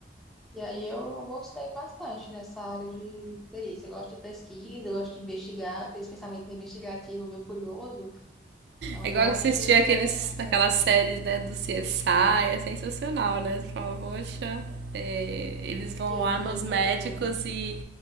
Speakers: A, in the centre; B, on the right.
A: E aí eu gostei bastante nessa área de perícia. Eu gosto de pesquisa, eu gosto de investigar, eu tenho esse pensamento investigativo, meio curioso. Então
B: É igual
A: eu acho
B: assistir
A: interessante,
B: aqueles, aquelas séries, né, do CSI, é sensacional, né? Você fala, poxa, é, eles vão
A: eu,
B: lá nos
A: eu
B: médicos
A: curto.
B: e,